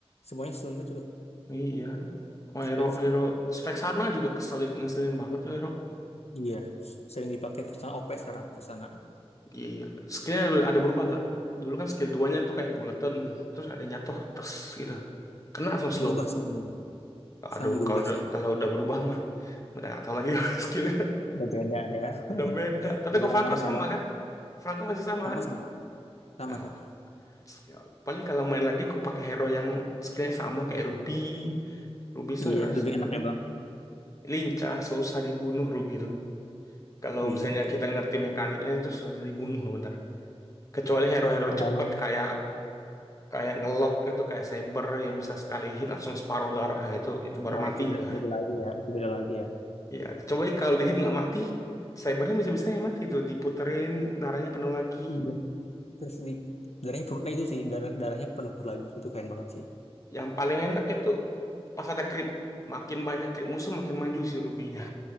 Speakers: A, on the left; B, on the left.
A: Semuanya stun itu loh.
B: Iya, sama
A: Skill-skill.
B: hero hero spek sana juga keselin ngeselin banget tuh hero.
A: Iya, sering dipakai pesan OP sekarang Pesana
B: Gila. Skillnya ada ada berubah gak? Dulu kan skill duanya nya tuh kayak bulatan, terus ada yang jatuh, terus gitu. Kena langsung slow.
A: Berubah sekarang. Bang. Sekarang
B: Aduh,
A: berubah
B: kalau udah,
A: sih.
B: kalau udah berubah mah udah gak tau lagi <laughs> skill
A: Berbeda ada ya.
B: Udah beda.
A: <laughs>
B: Tapi kok
A: Jarang
B: Franco
A: main ya,
B: sama
A: Bang.
B: kan? Franco masih sama
A: Perangku
B: kan?
A: sama. Sama-sama.
B: Nah, ya, paling kalau main lagi aku pakai hero yang skillnya sama kayak Ruby. Ruby so
A: Iya,
B: hero sama.
A: lebih enak ya, Bang.
B: Lincah, susah dibunuh Ruby itu. Kalau
A: Iya,
B: misalnya
A: betul.
B: kita ngerti mekaniknya itu susah dibunuh bentar. Kecuali hero-hero
A: Herop ada,
B: cepet
A: Bang.
B: kayak kayak ngelok itu kayak Saber yang bisa sekali hit langsung separuh darah ya itu itu baru
A: Nah,
B: mati
A: itu beda,
B: ya.
A: beda
B: <laughs>
A: lagi ya. Itu beda lagi ya.
B: Ya, coba kalau di hit nggak mati, Cybernya bisa-bisa ya mati tuh diputerin darahnya penuh lagi.
A: Iya. Terus di darahnya penuh, nah itu sih darah, darahnya penuh lagi. Itu keren banget sih.
B: Yang paling enak itu pas ada creep. Makin banyak creep musuh makin maju si Rubinya.